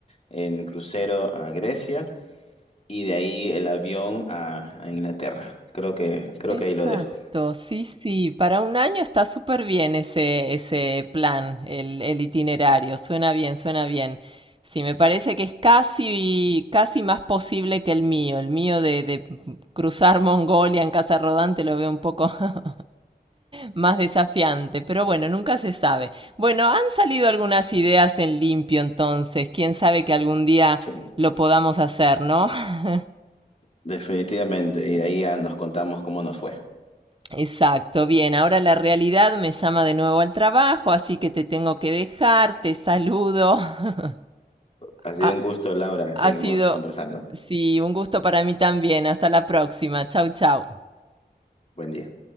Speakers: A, on the left; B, on the right.
A: en crucero a Grecia y de ahí el avión a, a Inglaterra. Creo que, creo
B: Exacto,
A: que ahí lo dejo.
B: sí, sí. Para un año está súper bien ese, ese plan, el, el itinerario. Suena bien, suena bien. Sí, me parece que es casi, casi más posible que el mío. El mío de, de cruzar Mongolia en casa rodante lo veo un poco <laughs> más desafiante, pero bueno, nunca se sabe. Bueno, han salido algunas ideas en limpio entonces, quién sabe que algún día
A: Sí,
B: lo podamos hacer, ¿no? <laughs>
A: definitivamente. Y de ahí ya nos contamos cómo nos fue.
B: Exacto, bien, ahora la realidad me llama de nuevo al trabajo, así que te tengo que dejar, te saludo. <laughs>
A: Ha sido
B: Ha,
A: un gusto, Laura.
B: ha
A: Seguimos
B: sido,
A: conversando.
B: sí, un gusto para mí también. Hasta la próxima. Chau, chau.
A: Buen día.